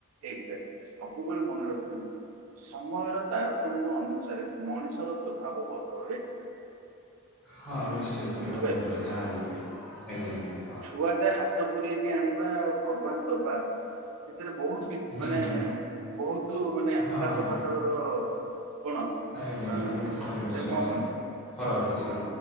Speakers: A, on the right; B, in the centre.
A: ଏକଜାକ୍ଟ ସବୁବେଳେ ମନେ ରଖିଥାନ୍ତୁ ସମୟର ତାରତମ୍ୟ ଅନୁସାରେ ମଣିଷର ସ୍ଵଭାବ ବଦଳେ।
B: ହଁ ନିଶ୍ଚୟ ସେଇଟା
A: ବୁଝିପାରିଲେ
B: ବଦଳେ ଯାହା ହେଲେବି ଆଜ୍ଞା ଆଣ୍ଟି।
A: କୁଆଡ଼େ ହାକ୍ ତ ପୁଣି ଏଠି ଆଣିବା ଆଉ ଭଗବାନ ଦବା ସେଥିରେ ବହୁତ କିଛି
B: ହୁଁ
A: ମାନେ
B: ହୁଁ
A: ବହୁତ ମାନେ ଆକାଶ
B: ହଁ ହଁ
A: ପା ପାତାଳର କଣ
B: ଆଜ୍ଞା
A: ଅ
B: ନିଶ୍ଚୟ
A: ସେଟା
B: ନିଶ୍ଚୟ
A: କଣ କହନ୍ତି
B: ଫରକ୍ ଅଛି।
A: ଅ